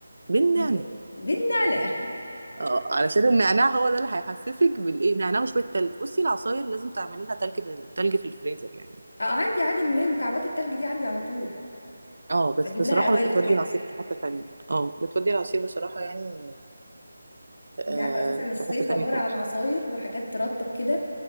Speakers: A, on the right; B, on the left.
A: بالنعناع
B: جديدة دي النعناع
A: اه علشان النعناع هو ده اللي هيحسسك بالايه نعناع وشويه تلج بصي العصاير لازم تعملي لها تلج في التلج في الفريزر يعني
B: اه عندي عادي اللي هي مكعبات التلج دي عندي على طول
A: اه بس
B: بجيب
A: بصراحه
B: لها قوالب
A: بتودي
B: كده
A: العصير في حته ثانيه اه بتودي العصير بصراحه يعني آه
B: انت عارفة اساسا الصيف
A: في حته ثانيه
B: عبارة
A: خالص
B: عن عصاير وحاجات ترطب كده